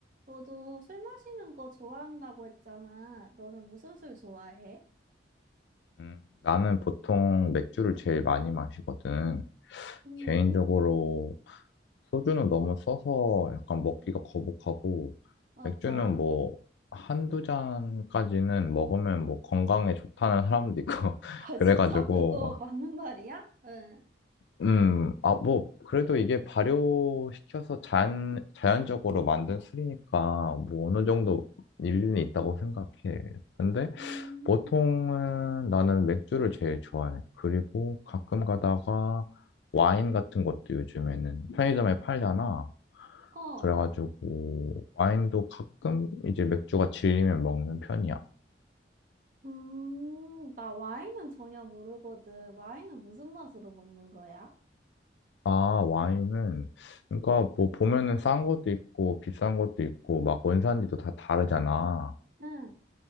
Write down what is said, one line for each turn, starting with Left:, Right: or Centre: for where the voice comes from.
Right: 너도 술 마시는 거 좋아한다고 했잖아. 너는 무슨 술 좋아해?
Left: 음, 나는 보통 맥주를 제일 많이 마시거든.
Right: 음,
Left: 개인적으로 소주는 너무 써서 약간 먹기가 거북하고,
Right: 맞아.
Left: 맥주는 뭐,
Right: <laughs>
Left: 한두 잔까지는 먹으면 뭐 건강에 좋다는 사람도 있고, <laughs>
Right: 아,
Left: 그래가지고,
Right: 진짜? 그거 맞는 말이야? 응.
Left: 음, 아, 뭐, 그래도 이게 발효시켜서 자연, 자연적으로 만든 술이니까, 뭐, 어느 정도 일리는 있다고 생각해. 근데,
Right: 음,
Left: 보통은 나는 맥주를 제일 좋아해. 그리고 가끔 가다가 와인 같은 것도 요즘에는 편의점에 팔잖아.
Right: 어,
Left: 그래가지고 와인도 가끔 이제 맥주가 질리면 먹는 편이야.
Right: 음, 나 와인은 전혀 모르거든. 와인은 무슨 맛으로 먹는 거야?
Left: 아, 와인은 그러니까 뭐 보면은 싼 것도 있고 비싼 것도 있고 막 원산지도 다 다르잖아.
Right: 응,